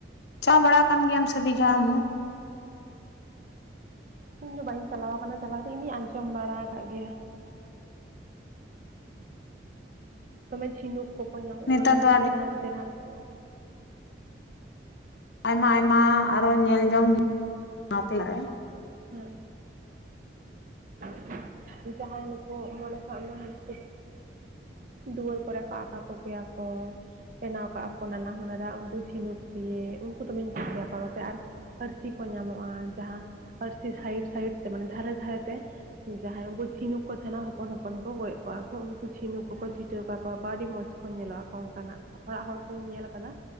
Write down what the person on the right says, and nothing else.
ᱤᱧ ᱫᱚ ᱵᱟᱹᱧ ᱪᱟᱞᱟᱣ ᱠᱟᱱᱟ ᱪᱟᱞᱟᱣ ᱫᱚ ᱤᱧᱤᱧ ᱟᱸᱡᱚᱢ ᱵᱟᱲᱟ ᱠᱟᱫ ᱜᱮᱭᱟ᱾ ᱫᱚᱢᱮ ᱡᱷᱤᱱᱩᱠ ᱠᱚᱠᱚ ᱧᱟᱢᱚᱜᱼᱟ
ᱟᱹᱰᱤ
ᱪᱮᱨᱦᱟᱱ ᱪᱮᱨᱦᱟᱱ ᱠᱚ᱾
ᱦᱮᱸ <unintelligible> ᱡᱟᱦᱟᱸᱭ ᱱᱩᱠᱩ ᱢᱚᱱᱮ ᱠᱟᱜ ᱢᱮ <unintelligible> ᱫᱩᱣᱟᱹᱨ ᱠᱚᱨᱮ ᱠᱚ ᱟᱠᱟ ᱠᱚᱜᱮᱭᱟ ᱠᱚ᱾ ᱵᱮᱱᱟᱣ ᱠᱟᱜᱼᱟ ᱠᱚ ᱱᱟᱱᱟ ᱦᱩᱱᱟᱹᱨ ᱩᱱᱠᱩ ᱡᱷᱤᱱᱩᱠ ᱫᱤᱭᱮ ᱩᱱᱠᱩ ᱫᱚᱢᱮᱧ ᱠᱩᱥᱤᱭᱟᱠᱚᱣᱟ, ᱱᱚᱛᱮ ᱟᱨ ᱟᱹᱨᱥᱤ ᱠᱚ ᱧᱟᱢᱚᱜᱼᱟ ᱡᱟᱦᱟᱸ ᱟᱹᱨᱥᱤ ᱥᱟᱭᱤᱰ ᱥᱟᱭᱤᱰ ᱛᱮ ᱢᱟᱱᱮ ᱫᱷᱟᱨᱮ ᱫᱷᱟᱨᱮ ᱛᱮ ᱡᱟᱦᱟᱸᱭ ᱩᱱᱠᱩ ᱪᱷᱤᱱᱩᱠ ᱠᱚ ᱛᱟᱸᱦᱮᱱᱟ ᱦᱚᱯᱚᱱ ᱦᱚᱯᱚᱱ ᱠᱚ ᱜᱚᱡ ᱠᱚᱣᱟ ᱠᱚ ᱩᱱᱠᱩ ᱪᱷᱤᱱᱩ ᱠᱚᱠᱚ ᱪᱷᱤᱴᱟᱹᱣ ᱠᱟᱠᱚᱣᱟ ᱠᱚ ᱟᱹᱰᱤ ᱢᱚᱡᱽ ᱠᱚ ᱧᱮᱞᱚᱜ ᱟᱠᱚ ᱚᱱᱠᱟᱱᱟᱜ ᱠᱚ ᱚᱲᱟᱜ ᱦᱚᱲ ᱠᱚᱧ ᱧᱮᱞ ᱠᱟᱫᱟ,